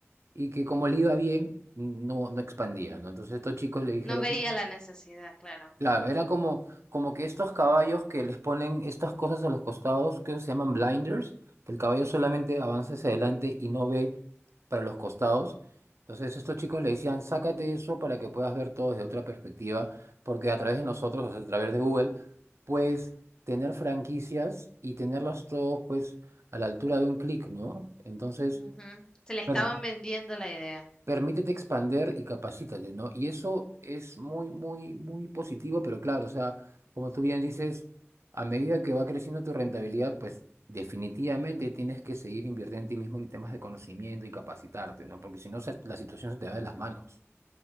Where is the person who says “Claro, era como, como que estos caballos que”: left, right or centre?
Right